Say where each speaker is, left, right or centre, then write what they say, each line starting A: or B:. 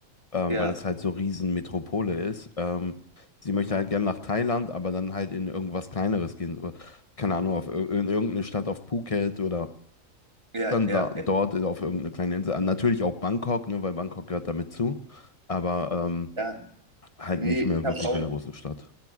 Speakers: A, on the left (about 30°); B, on the right (about 20°).
A: ähm,
B: ja,
A: weil es halt so riesen Metropole ist. Ähm, sie möchte halt gern nach Thailand, aber dann halt in irgendwas Kleineres gehen. So, keine Ahnung, auf, ir- in irgendeine Stadt auf Phuket oder
B: ja,
A: dann
B: ja,
A: da,
B: ja.
A: dort auf irgendeine kleine Insel. Ah, Natürlich auch Bangkok, ne, weil Bangkok gehört damit zu, aber ähm,
B: ja.
A: halt
B: Nee,
A: nicht
B: ich
A: mehr
B: habe
A: wirklich
B: auch,
A: in der großen Stadt.